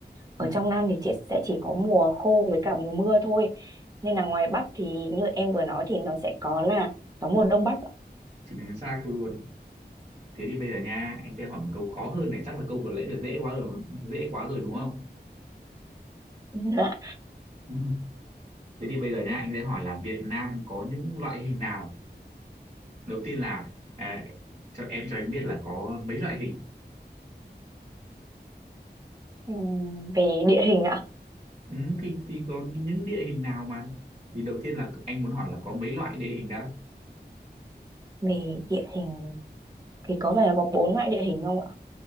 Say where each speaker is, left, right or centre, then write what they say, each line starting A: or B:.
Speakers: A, on the right; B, on the right.
A: ừ.
B: ở trong Nam thì chỉ, sẽ chỉ có mùa khô với cả mùa mưa thôi nên là ngoài Bắc thì như em vừa nói thì nó sẽ có là gió mùa đông bắc ạ.
A: chính xác luôn thế thì bây giờ nha anh sẽ hỏi một câu khó hơn này chắc là câu vừa nãy là dễ quá rồi dễ quá rồi đúng không
B: <laughs> dạ.
A: <laughs> thế thì bây giờ nha anh sẽ hỏi là Việt Nam có những loại hình nào đầu tiên là à, cho em cho anh biết là có mấy loại hình
B: Ừm, về địa hình ạ
A: ừ, thì thì có những địa hình nào mà thì đầu tiên là anh muốn hỏi là có mấy loại địa hình đã
B: về địa hình thì có vẻ là có bốn loại địa hình không ạ